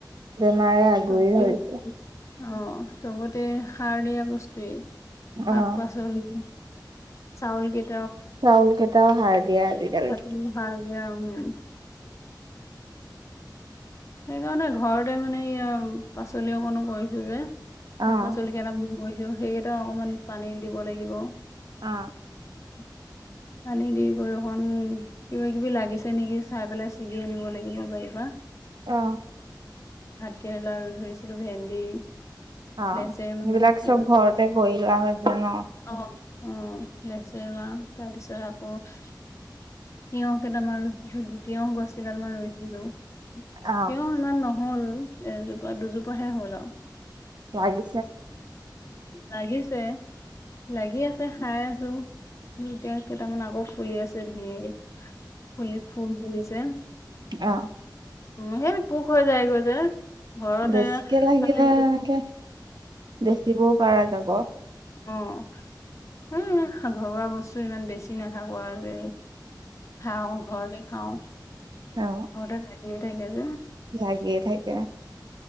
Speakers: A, on the right; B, on the left.
A: বেমাৰে আগুৰি
B: চবতে
A: ধৰিছে।
B: অ চবতে সাৰ দিয়া বস্তুৱেই, শাক-পাচলি
A: অ',
B: চাউলগিৰ
A: চাউল কেইটাও সাৰ দিয়া আজিকালি।
B: তাতো সাৰ <unintelligible> সেইকাৰণে ঘৰতে মানে এইয়াও পাচলি অকণো কৰিছো যে
A: অ',
B: শাক-পাচলি কেইটা <unintelligible> কৈছ সেইগেইটাও অকমান পানী দিব লাগিব।
A: আ।
B: <inaudible> পানী দি গৈ অকণ কিবা কিবি লাগিছে নেকি চাই পেলাই ছিগি আনিব লাগিব বাৰীপা।
A: অ।
B: ভাত কেৰেলা ৰুই ধৈছিলো ভেন্দি
A: অ
B: লেচেৰা
A: সেইবিলাক
B: মাহ
A: চব
B: এজোপা
A: ঘৰতে কৰি লোৱা হৈ হৈছে ন।
B: অ' অ' লেচেৰা তাৰপিছত আকৌ তিয়হ কেইটামান ৰুই, তিয়হ গছ কেইডাল মান ৰুইছিলোঁ।
A: অ
B: তিয়হ ইমান নহল এজোপা-দুজোপাহে হল আও।
A: লাগি
B: লাগিছে। লাগি আছে, খাই আছো। এতিয়া কেইটামান আকৌ ফুলি আছে ধুনীয়াকে। ফুলি-ফুল ফুলিছে।
A: আহ।
B: উ, সেই পোক হৈ যায়গৈ যে, ঘৰতে
A: বেছিকে লাগিলে
B: আজি
A: এনেকে বেচিবও পাৰা যাব।
B: অ' এ ঘৰুৱা বস্তু ইমান বেছি নাথাকো আৰু। খাওঁ ঘৰতে খাওঁ
A: অ
B: ঘৰতে লাগিয়ে থাকে যে।
A: লাগিয়ে থাকে।